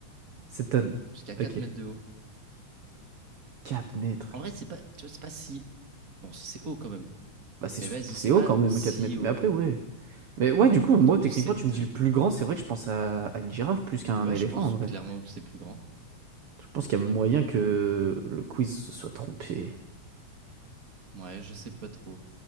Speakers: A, on the right; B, on the right.
A: 7 tonnes.
B: jusqu'à 4
A: Ok,
B: mètres de haut.
A: 4 mètres.
B: En vrai, c'est pas, tu vois, c'est pas si... Bon, si c'est haut quand même.
A: Bah c'est,
B: Mais vas-y,
A: c'est
B: c'est pas
A: haut quand même,
B: si
A: 4 mètres.
B: haut
A: Mais après, ouais. Mais ouais, du coup,
B: pour
A: moi,
B: un truc
A: techniquement,
B: de 7
A: tu
B: tonnes.
A: me dis le plus grand, c'est vrai que je pense à, à une girafe plus qu'à un
B: Ouais,
A: éléphant
B: je pense
A: en vrai.
B: clairement que c'est plus grand.
A: Je pense qu'il y a moyen que le quiz se soit trompé.
B: Ouais, je sais pas trop.